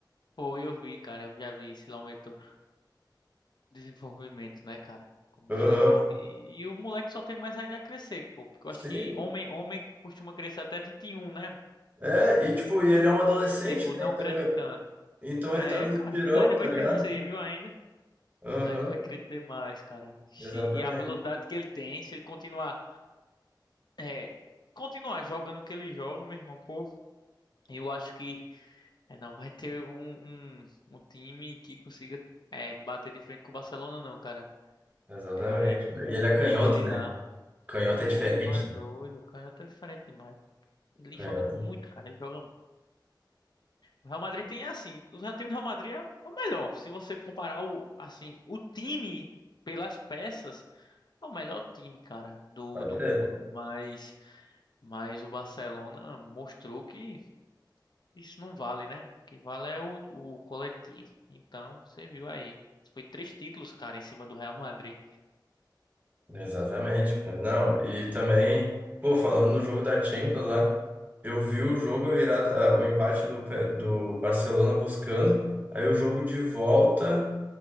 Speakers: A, on the left; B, on the right.
A: Pô, eu vi, cara, eu já vi esse aumento desenvolvimento, né, cara? Como
B: Aham.
A: desenvolve. E, e o moleque só tem mais ainda a crescer, pô, porque
B: Sim,
A: eu acho que homem, homem costuma crescer até 21, né?
B: É, e tipo, e ele é um adolescente,
A: Tipo,
B: né?
A: não
B: Então,
A: cresce tanto.
B: então
A: É,
B: ele tá no
A: cara,
B: estirão,
A: então <laughs> ele ainda
B: tá
A: vai
B: ligado?
A: crescer, viu, ainda?
B: Aham,
A: Ele ainda vai crescer mais, cara. Ixi,
B: exatamente.
A: E a velocidade que ele tem, se ele continuar é, continuar jogando o que ele joga, meu irmão, pô, eu acho que é, não vai ter um, um, um time que consiga é, bater de frente com o Barcelona, não, cara.
B: Exatamente.
A: É,
B: né?
A: com,
B: E ele é canhoto,
A: com ele
B: né?
A: lá.
B: Canhoto é diferente,
A: Pô, tu é doido,
B: né?
A: o Canhoto é diferente demais. Ele
B: Canhoto
A: joga muito, cara, ele joga muito. O Real Madrid tem assim, o Real- time do Real Madrid é o melhor. Se você comparar o, assim, o time pelas peças, é o melhor time, cara, do,
B: pode
A: do
B: ser.
A: mundo. Mas, mas o Barcelona mostrou que Isso não vale, né? O que vale é o, o coletivo. Então, você viu aí. Foi três títulos, cara, em cima do Real Madrid.
B: Exatamente, cara. Não, e também, pô, falando no jogo da Champions lá, eu vi o jogo, a virada, ah, o empate do, Pe- do Barcelona buscando, aí o jogo de volta,